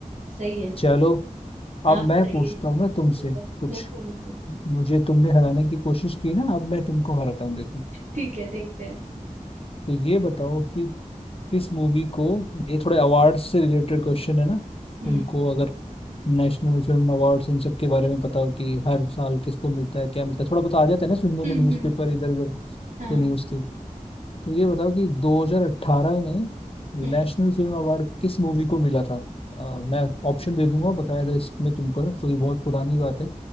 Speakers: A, on the right; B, on the left.
A: सही है
B: चलो
A: आप
B: अब मैं
A: सही
B: पूछता
A: है
B: हूँ ना तुमसे
A: बिल्कुल
B: कुछ
A: बिल्कुल बिल्कुल
B: मुझे तुमने हराने की कोशिश की ना अब मैं तुमको हराता हूँ देखो
A: ठीक है देखते हैं
B: तो ये बताओ कि किस मूवी को ये थोड़े अवार्ड से रिलेटेड क्वेश्चन है ना
A: हम्म
B: तुमको अगर नेशनल फिल्म अवार्ड्स इन सब के बारे में पता हो कि हर साल किसको मिलता है क्या मिलता है थोड़ा बहुत आ जाता है ना सुनने
A: हम्म
B: में न्यूज़पेपर
A: हम्म,
B: इधर उधर
A: हाँ
B: या न्यूज़ के तो ये बताओ कि 2018 में
A: हम्म
B: नेशनल फिल्म अवार्ड किस मूवी को मिला था अ, मैं ऑप्शन दे दूंगा बकायदा इसमें तुमको ना तो ये बहुत पुरानी बात है